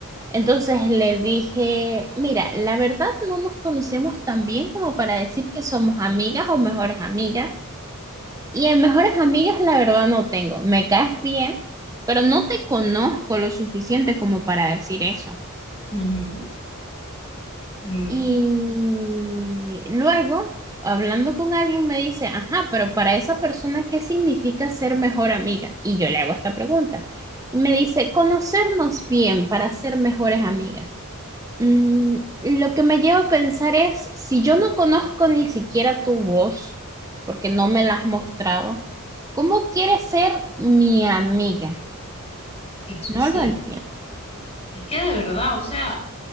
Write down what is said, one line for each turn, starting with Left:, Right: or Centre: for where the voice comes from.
Right: Entonces le dije, mira, la verdad no nos conocemos tan bien como para decir que somos amigas o mejores amigas. Y en mejores amigas, la verdad, no tengo. Me caes bien, pero no te conozco lo suficiente como para decir eso.
Left: Ujú, mm.
Right: Y luego, hablando con alguien, me dice, ajá, pero para esa persona, ¿qué significa ser mejor amiga? Y yo le hago esta pregunta. Y me dice, conocernos bien para ser mejores amigas. Mm, lo que me lleva a pensar es, si yo no conozco ni siquiera tu voz, porque no me la has mostrado, ¿cómo quieres ser mi amiga?
Left: Eso
Right: No
Left: es
Right: lo
Left: cierto.
Right: entiendo.
Left: Es que de verdad, o sea,